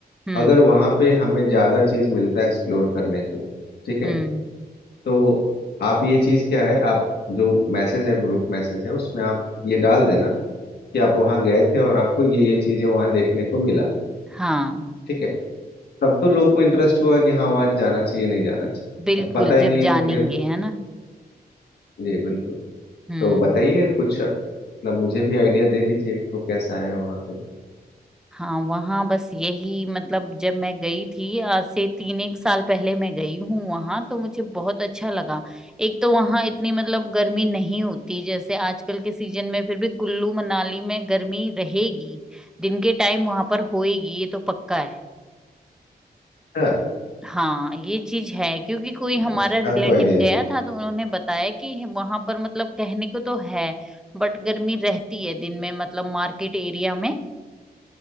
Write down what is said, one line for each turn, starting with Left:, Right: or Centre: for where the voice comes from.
Centre: हम्म
Left: अगर वहां पे हमें ज्यादा चीज मिलता है एक्सप्लोर करने को ठीक है
Centre: हम्म
Left: तो आप ये चीज क्या है आप जो मैसेज है ग्रुप मैसेज है उसमें आप ये डाल देना कि आप वहां गए थे और आपको ये ये चीजें वहां देखने को मिला
Centre: हाँ
Left: ठीक है तब तो लोग को इंटरेस्ट होगा कि हाँ वहां जाना चाहिए नहीं जाना चाहिए
Centre: बिल्कुल
Left: अब पता ही
Centre: जब
Left: नहीं है
Centre: जानेंगे
Left: तो फिर
Centre: है ना
Left: जी बिल्कुल
Centre: हम्म
Left: तो बताइए कुछ मतलब मुझे भी आइडिया दे दीजिए तो कैसा है वहां
Centre: हाँ वहाँ बस यही मतलब जब मैं गई थी आज से तीन एक साल पहले मैं गई हूँ वहाँ तो मुझे बहुत अच्छा लगा एक तो वहाँ इतनी मतलब गर्मी नहीं होती जैसे आजकल के सीजन में फिर भी कुल्लू मनाली में गर्मी रहेगी दिन के टाइम वहाँ पर होएगी ये तो पक्का है
Left: पे
Centre: हाँ ये चीज है क्योंकि कोई
Left: नहीं,
Centre: हमारा
Left: इसका
Centre: रिलेटिव
Left: तो आइडिया नहीं
Centre: गया था तो उन्होंने बताया कि वहां पर मतलब कहने को तो है बट गर्मी रहती है दिन में मतलब मार्केट एरिया में